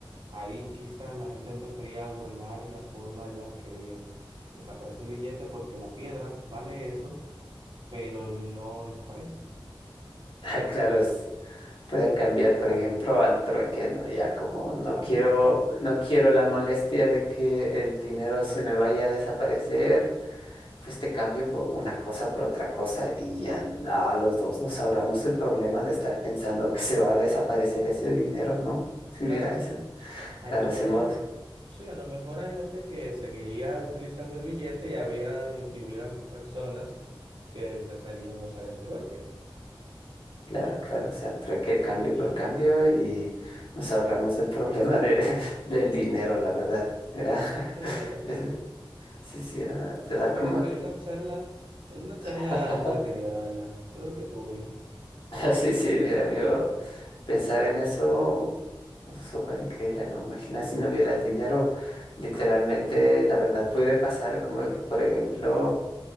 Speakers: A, on the right (about 60°); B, on the left (about 70°).
A: Ahí quizá la gente empezaría a burlar la forma en la que desaparece el billete porque la piedra vale eso, pero no desaparece.
B: Ah,
A: A lo
B: Claro,
A: mejor
B: es-
A: sí,
B: pueden cambiar, por ejemplo, al trueque, ¿no? Ya como no
A: también,
B: quiero, no quiero la molestia de que el dinero se me vaya a desaparecer. pues te cambio por una cosa por otra cosa y ya a los dos nos ahorramos el problema de estar pensando que se va a desaparecer ese dinero, ¿no? <laughs>
A: claro.
B: Mira, eso,
A: A
B: claro,
A: lo mejor,
B: hacemos,
A: sí, a lo mejor hay gente que seguiría utilizando el billete y habrían, y hubieran personas que empezarían a usar el trueque.
B: claro, claro, o sea, trueque cambio
A: Ujú.
B: por cambio y nos ahorramos el problema de, <laughs> del dinero, la verdad, era,
A: Sí,
B: <laughs>
A: la verdad
B: es-
A: que sí.
B: sí, sí, ah,
A: Ah,
B: te da
A: pues mira,
B: como,
A: salió una charla, salió una charla
B: <laughs>
A: entretenida, la verdad. Yo creo que estuvo bien.
B: sí, sí, mira, amigo. Pensar en eso es súper increíble, ¿no? Imagina si no hubiera dinero. Literalmente, la verdad, puede pasar como, ej- por ejemplo,